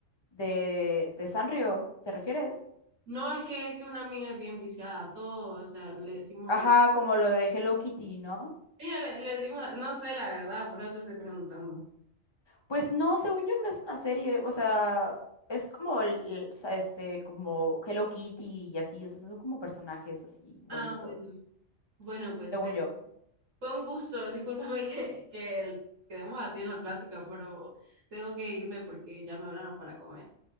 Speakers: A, on the left (about 35°); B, on the right (about 75°).
A: de, de Sanrio, ¿te refieres?
B: No es que es que una amiga es bien viciada a todo, o sea, le decimos,
A: Ajá, como lo de Hello Kitty, ¿no?
B: ella le, le decimos, la- no sé la verdad, por eso te estoy preguntando.
A: Pues no, según yo no es una serie, o sea, es como, el- o sea, este, como Hello Kitty y así, o sea, son como personajes así bonitos,
B: Ah, bueno. Bueno, pues
A: según
B: te-
A: yo.
B: fue un gusto. Discúlpame <laughs> que, que el- quedemos así en la plática, pero tengo que irme porque ya me hablaron para comer.